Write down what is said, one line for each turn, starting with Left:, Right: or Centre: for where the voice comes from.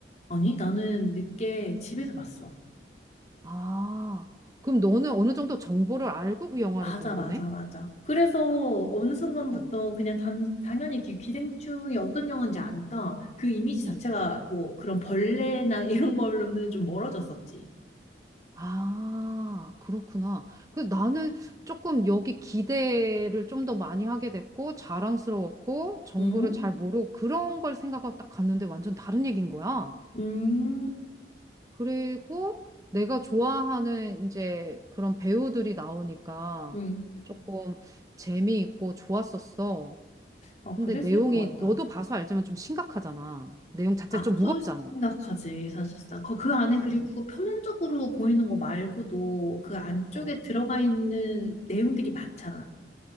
Left: 아니, 나는 늦게 집에서 봤어.
Right: 아, 그럼 너는 어느 정도 정보를 알고 그 영화를
Left: 맞아,
Right: 본
Left: 맞아,
Right: 거네?
Left: 맞아. 그래서
Right: 음,
Left: 어느 순간부터
Right: 어.
Left: 그냥 단, 당연히 기, 기생충이 어떤 영화인지 아니까 그 이미지 자체가
Right: 음.
Left: 뭐 그런 벌레나 <laughs> 이런 걸로는 좀 멀어졌었지.
Right: 아, 그렇구나. 그 나는 조금 여기 기대를 좀 더 많이 하게 됐고, 자랑스러웠고, 정보를
Left: 응?
Right: 잘 모르고, 그런 걸 생각하고 딱 갔는데 완전 다른 얘기인 거야.
Left: 음,
Right: 그리고 내가 좋아하는 이제 그런 배우들이 나오니까
Left: 음.
Right: 조금 재미있고 좋았었어.
Left: 어,
Right: 근데
Left: 그랬을
Right: 내용이
Left: 것 같다.
Right: 너도 봐서 알지만 좀 심각하잖아. 내용 자체가
Left: 아주
Right: 좀 무겁잖아.
Left: 심각하지, 사실상. 그 그 안에 그리고
Right: 어,
Left: 그 표면적으로 보이는 거 말고도 그 안쪽에
Right: 어.
Left: 들어가 있는 내용들이 많잖아.